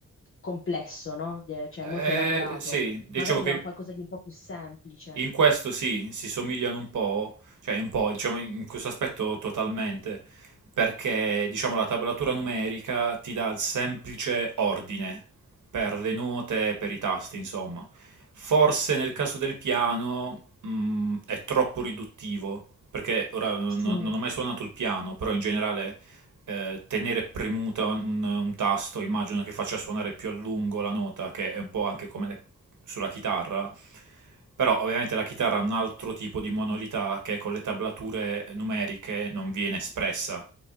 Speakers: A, on the left; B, on the right.
A: complesso, no? De- cioè
B: Eh,
A: molto elaborato.
B: sì, diciamo
A: Magari ti
B: che
A: dà un qualcosa di un po' più semplice.
B: In questo sì, si somigliano un po', cioè un po', diciamo in questo aspetto totalmente, perché diciamo la tablatura numerica ti dà il semplice ordine per le note, per i tasti, insomma. Forse nel caso del piano, mh, è troppo riduttivo, perché ora no-
A: Sì.
B: non ho mai suonato il piano, però in generale eh, tenere premuta un, un tasto, immagino che faccia suonare più a lungo la nota, che è un po' anche come le- sulla chitarra. Però ovviamente la chitarra ha un altro tipo di monolità che con le tablature numeriche non viene espressa,